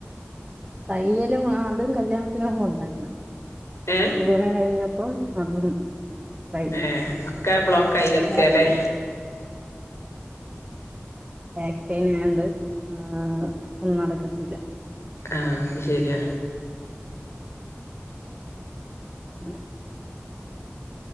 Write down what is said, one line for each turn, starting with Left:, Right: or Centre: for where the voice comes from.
Right: തയ്യലും അതും കല്യാണത്തിന് മുൻപ് ഉണ്ടായിരുന്നു
Left: ഏഹ്
Right: കല്യാണം കഴിഞ്ഞപ്പം അതും കഴിഞ്ഞു
Left: ഏ ഒക്കെ ബ്ലോക്ക് ആയി കെടക്കൂല്ലേ
Right: ബാക്ക് ആതന <unintelligible> ആ ഒന്നുംനടക്കത്തില്ല
Left: ആ അത് ശരിയാ
Right: ആ <unintelligible>